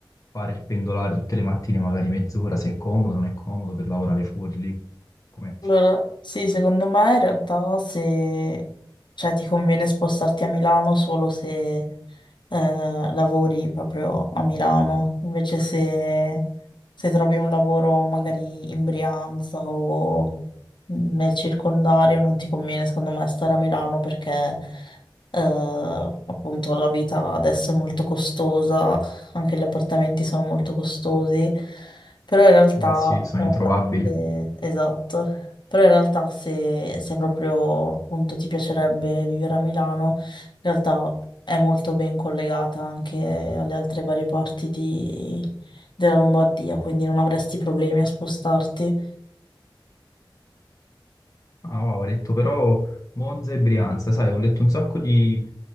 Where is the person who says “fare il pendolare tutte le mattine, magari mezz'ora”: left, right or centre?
Left